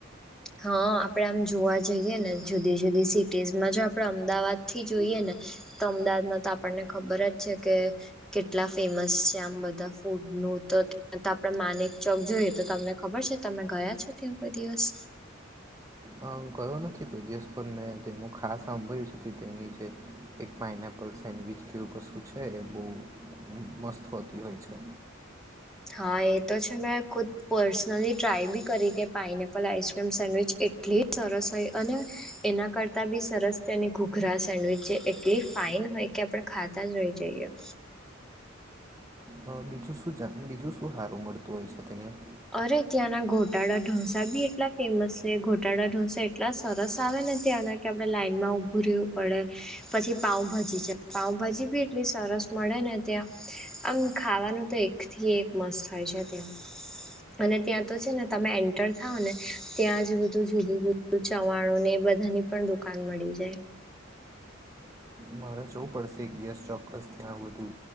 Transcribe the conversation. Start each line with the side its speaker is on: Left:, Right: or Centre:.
Centre: હા આપડે આમ જોવા જઈએ ને જુદી જુદી સિટીઝમાં જો આપણેે અમદાવાદ થી જોઈએ ને. તો અમદાવાદમાં તો આપણને ખબર જ છે કે કેટલા ફેમસ છે આમ બધા ફૂડ નું તો તો આપડે માનેક ચોક જોઈએ તો તમને ખબર છે તમે ગયા છો ત્યાં કોઈ દિવસ?
Right: હા ગયો નથી કોઈ દિવસ પણ મેં તેનું ખાસ સાંભળ્યું છે કે તેની જે એક પાઇનએપલ સેન્ડવીચ કેવું કશું છે એ બહુ મસ્ત હોતી હોય છે.
Centre: હા એ તો છે મેં ખુદ પર્સનલી ટ્રાય બી કરી કે પાઇનેપલ આઈસક્રીમ સેન્ડવીચ એટ એટલી સરસ હોય અને એના કરતા બી સરસ તેની ઘુઘરા સેન્ડવીચ જે એટલી ફાઈન હોય કે આપડે ખાતા જ રહી જઈએ.
Right: હા બીજું શું જાતનું બીજું શું હારુ મળતું હોય છે અહીંયા?
Centre: અરે ત્યાંના ગોટાળા ઢોસા બી એટલા ફેમસ છે ગોટાળા ઢોસા એટલા સરસ આવે ને ત્યાંના કે આપડે લાાઈનમાં ઉભું રહેવું પડે. પછી પાઉભાજી છે પાઉભાજી ભી એટલી સરસ મળે ને ત્યાં. આમ ખાવાનું તો એક થી એક મસ્ત થાય છે ત્યાં. અને ત્યાં તો છે ને તમે એન્ટર થાવ ને ત્યાં જે બધું જુદું જુદું ચવાણો ને બધાની પણ દુકાન મળી જાય.
Right: મારે જવું પડશે એક દિવસ ચોક્કસ ત્યાં વધુ,